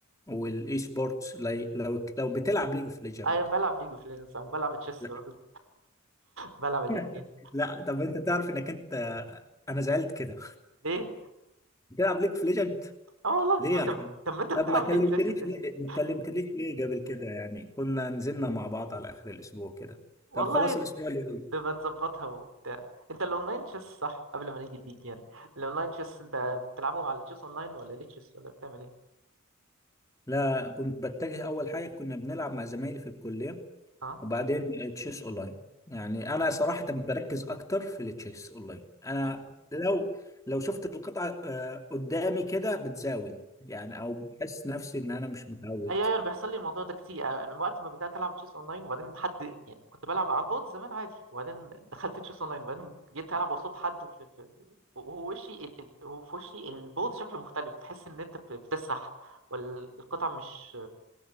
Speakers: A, on the left; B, on the right.
A: والاي سبورتس لي- لو لو بتلعب ليج اوف ليجند
B: أيوة، أنا بلعب ليج اوف ليجندز وبلعب تشيس
A: لا
B: برضه بلعب الاتنين
A: <laughs> لا طب انت تعرف انك انت انا زعلت كده
B: ليه؟
A: بتلعب ليج اوف ليجند
B: اه والله
A: ليه
B: طب
A: يعني
B: انت طب ما انت بتلعب
A: طب ما كلمتنيش
B: ليج اوف ليجندز يا
A: ليه
B: سيدي
A: ما كلمتنيش ليه قبل كده يعني كنا نزلنا مع بعض على اخر الاسبوع كده
B: والله
A: طب خلاص الاسبوع اللي جاي
B: نبقى نظبطها وبتاع انت الاونلاين تشيس صح قبل ما نيجي الليج يعني الاونلاين تشيس انت بتلعبه على تشيس اونلاين ولا ليه تشيس ولا بتعمل ايه؟
A: لا كنت بتجه اول حاجه كنا بنلعب مع زمايلي في الكليه
B: اه
A: وبعدين تشيس اونلاين يعني
B: تشيس
A: انا صراحة بركز اكتر في التشيس اونلاين انا
B: اونلاين
A: لو لو شفت القطعة آه، قدامي كده بتزاول يعني او بحس نفسي ان انا مش متعود
B: ايوه ايوه انا بيحصل لي الموضوع ده كتير انا وقت ما بدات العب تشيس اونلاين وبعدين حد يعني كنت بلعب على البود زمان عادي وبعدين دخلت تشيس اونلاين وبعدين جيت العب قصاد حد في في وهو وشي ال... ال- وهو في وشي البود شكله مختلف بتحس ان انت بت- بتسح والقطع مش